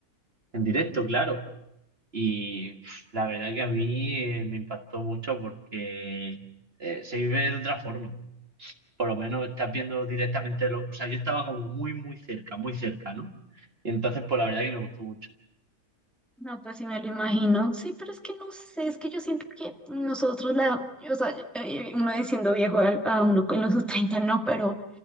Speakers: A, on the right; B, in the centre.
A: en directo, claro. Y pf, la verdad que a mí eh, me impactó mucho porque eh, se vive de otra forma. Por lo menos estás viendo directamente lo... O sea, yo estaba como muy, muy cerca, muy cerca, ¿no? Y entonces, pues la verdad que me gustó mucho.
B: No, pues sí me lo imagino. Sí, pero es que no sé, es que yo siento que nosotros la, o sea, eh, uno diciendo viejo al- a, uno en los sus 30, no, pero